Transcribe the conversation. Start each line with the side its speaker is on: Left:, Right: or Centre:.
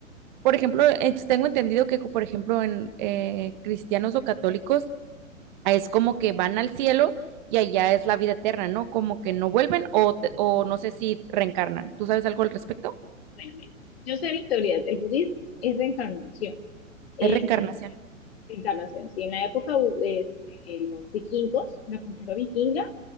Right: por ejemplo, eh, tengo entendido que, por ejemplo, en eh, cristianos o católicos, ah, es como que van al cielo y allá es la vida eterna, ¿no? Como que no vuelven o, te- o no sé si reencarnan. ¿Tú sabes algo al respecto?
Left: Bueno, mire, yo sé mis teorías. El budismo es reencarnación. Eh,
Right: Es reencarnación.
Left: reencarnación. Si en la época bu- este, los vikingos, la cultura vikinga,